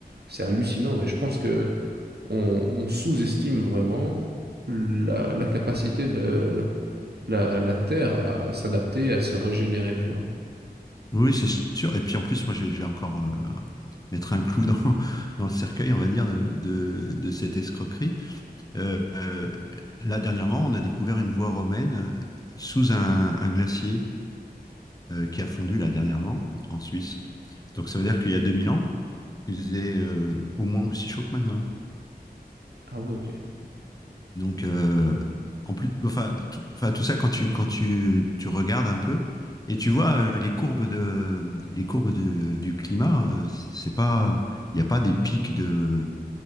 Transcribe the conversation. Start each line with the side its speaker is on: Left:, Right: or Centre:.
Right: C'est hallucinant et je pense que on, on sous-estime vraiment la, la capacité de la, la Terre à s'adapter, à se régénérer, tu vois.
Left: oui, c'est sûr. Et puis en plus, moi, je vais, je vais encore euh, mettre un clou dans, <laughs> dans, le cercueil, on va dire, de, de cette escroquerie. Euh, euh, là, dernièrement, on a découvert une voie romaine euh, sous un, un glacier euh, qui a fondu là dernièrement en Suisse. Donc ça veut dire qu'il y a 2000 ans, il faisait euh, au moins aussi chaud que maintenant.
Right: Ah ouais, ok.
Left: Donc euh, en plus, enfin tout, enfin, tout ça quand tu quand tu, tu regardes un peu et tu vois euh, les courbes de les courbes de- du climat, euh, c'est pas il n'y a pas des pics de